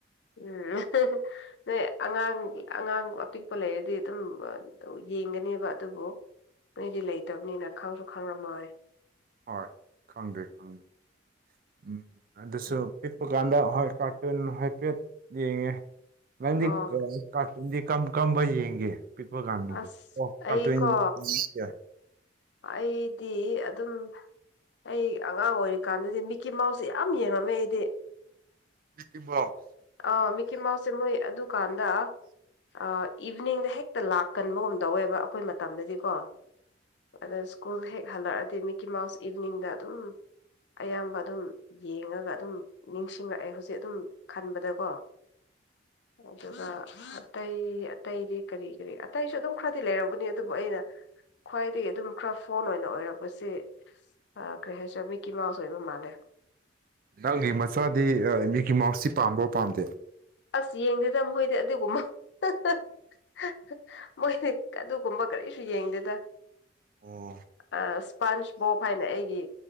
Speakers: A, on the left; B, on the right.
A: ꯎꯝ <unintelligible> ꯅꯣꯏ ꯑꯉꯥꯡꯒꯤ ꯑꯉꯥꯡ ꯑꯄꯤꯛꯄ ꯂꯩꯔꯗꯤ ꯑꯗꯨꯝ ꯑꯗꯨ ꯌꯦꯡꯒꯅꯦꯕ ꯑꯗꯨꯕꯨ ꯅꯣꯏꯗꯤ ꯂꯩꯇꯕꯅꯤꯅ ꯈꯪꯁꯨ ꯈꯪꯔꯝꯃꯔꯣꯏ
B: ꯍꯣꯏ ꯈꯪꯗ꯭ꯔꯦ ꯈꯪꯗꯦ ꯎꯝ ꯑꯗꯨꯁꯨ
A: ꯎꯝ
B: ꯑꯗꯨꯀꯥꯟꯗ ꯍꯣꯏ ꯀꯥꯔꯇꯨꯟ ꯍꯥꯏꯐꯦꯠ ꯌꯦꯡꯉꯦ ꯅꯪꯗꯤ
A: ꯑꯣ
B: ꯀꯔꯥꯏ ꯀꯥꯔꯇꯨꯟꯗꯤ ꯀꯝ ꯀꯔꯝꯕ ꯌꯦꯡꯒꯦ ꯄꯤꯛꯄ ꯀꯥꯟꯗꯗꯤ
A: ꯑꯁ
B: ꯑꯣ
A: ꯑꯩꯀꯣ
B: ꯀꯥꯔꯇꯨꯟ <unintelligible>
A: ꯑꯩꯗꯤ ꯑꯗꯨꯝ ꯑꯩ ꯑꯉꯥꯡ ꯑꯣꯏꯔꯤ ꯀꯥꯟꯗꯗꯤ ꯃꯤꯛꯀꯤ ꯃꯥꯎꯁꯁꯦ ꯌꯥꯝ ꯌꯦꯡꯔꯝꯃꯦ ꯑꯩꯗꯤ
B: ꯃꯤꯀꯤ ꯃꯥꯎꯁ
A: ꯑꯥ ꯃꯤꯀꯤ ꯃꯥꯎꯁ ꯁꯦ ꯃꯣꯏ ꯑꯗꯨꯀꯥꯟꯗ ꯑꯥ ꯏꯚꯤꯅꯤꯡꯗ ꯍꯦꯛꯇ ꯂꯥꯛꯀꯟꯕꯒꯨꯝ ꯇꯧꯋꯦꯕ ꯑꯈꯣꯏ ꯃꯇꯝꯗꯗꯤꯀꯣ ꯑꯗꯨ ꯁ꯭ꯀꯨꯜ ꯍꯦꯛ ꯍꯜꯂꯛꯑꯥꯗꯤ ꯃꯤꯀꯤ ꯃꯥꯎꯁ ꯏꯚꯤꯅꯤꯡꯗ ꯑꯗꯨꯝ ꯑꯌꯥꯝꯕ ꯑꯗꯨꯝ ꯌꯦꯡꯉꯒ ꯑꯗꯨꯝ ꯅꯤꯡꯁꯤꯡꯔꯛꯑꯦ ꯍꯧꯖꯤꯛ ꯑꯗꯨꯝ ꯈꯟꯕ ꯗꯀꯣ <unintelligible> ꯑꯗꯨꯒ <unintelligible> ꯑꯇꯩ ꯑꯇꯩꯗꯤ ꯀꯔꯤ ꯀꯔꯤ ꯑꯇꯩꯁꯨ ꯑꯗꯨꯝ ꯈꯔꯗꯤ ꯂꯩꯔꯝꯒꯅꯤ ꯑꯗꯨꯕꯨ ꯑꯩꯅ ꯈ꯭ꯋꯥꯏꯗꯒꯤ ꯑꯗꯨꯝ ꯈ꯭ꯔ ꯐꯣꯟ ꯑꯣꯏꯅ ꯑꯣꯏꯔꯛꯄꯁꯤ ꯑꯥ ꯀꯔꯤ ꯍꯥꯏꯁꯤꯔꯥ ꯃꯤꯀꯤ ꯃꯥꯎꯁ ꯑꯣꯏꯕ ꯃꯥꯜꯂꯦ
B: ꯅꯪꯒꯤ ꯃꯆꯥꯗꯤ ꯑꯥ ꯃꯤꯀꯤ ꯃꯥꯎꯁꯁꯤ ꯄꯥꯝꯕ꯭ꯔꯣ ꯄꯥꯝꯗꯦ
A: ꯑꯁ ꯌꯦꯡꯗꯦꯗ ꯃꯣꯏꯗꯤ ꯑꯗꯨꯒꯨꯝꯕ <unintelligible> <unintelligible> ꯃꯣꯏꯗꯤ ꯑꯗꯨꯒꯨꯝꯕ ꯀꯔꯤꯁꯨ ꯌꯦꯡꯗꯦꯗꯥ
B: ꯑꯣ
A: ꯑꯥ ꯁ꯭ꯄꯟꯁ ꯕꯣꯞ ꯍꯥꯏꯅ ꯑꯩꯒꯤ